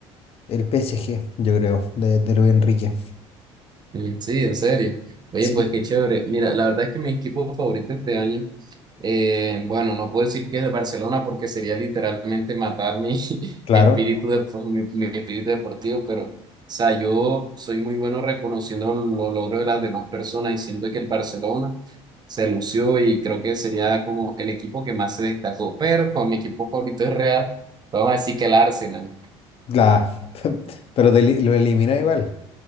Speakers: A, on the left; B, on the right.
A: el PSG, yo creo, de, de Luis Enrique.
B: Mm, Sí, en serio. Oye,
A: Sí.
B: pues qué chévere. Mira, la verdad es que mi equipo favorito este año, eh, bueno, no puedo decir que es el Barcelona porque sería literalmente matar mi, <laughs>
A: Claro.
B: mi espíritu de, mi, mi espíritu deportivo, pero, o sea, yo soy muy bueno reconociendo los logros de las demás personas y siento que el Barcelona se lució y creo que sería como el equipo que más se destacó. Pero con mi equipo favorito es Real, vamos a decir que el Arsenal.
A: La, <laughs> pero te li- lo elimina igual.